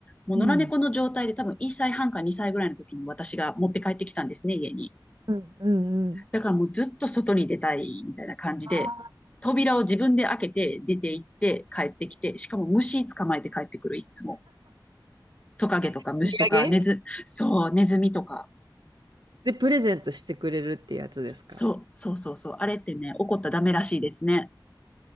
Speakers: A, on the left (about 15°); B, on the right (about 65°).
A: もう野良猫の状態で多分1歳半か2歳ぐらいの時に私が持って帰ってきたんですね、
B: ん。
A: 家に。
B: うんうんうん。
A: だからもうずっと外に出たいみたいな感じで、
B: ああ、
A: 扉を自分で開けて出て行って帰ってきて、しかも虫捕まえて帰ってくる、いつも。トカゲとか虫とかネズ、
B: お土産
A: そう、ネズミとか。
B: で、プレゼントしてくれるってやつですか。
A: そう、そうそうそう。あれってね、怒ったらダメらしいですね。